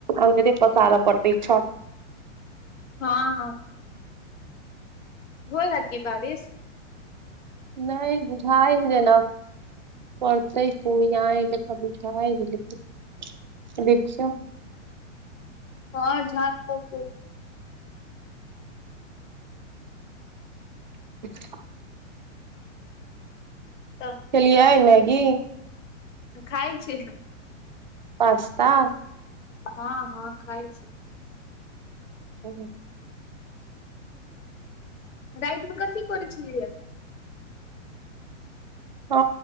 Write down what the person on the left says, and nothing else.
हँ हँ होय हय बारीश की
<inaudible> हँ झाँप तोप
तऽ
खाय छियै
हँ हँ खाय छै
रातिमे कथी करै छियै य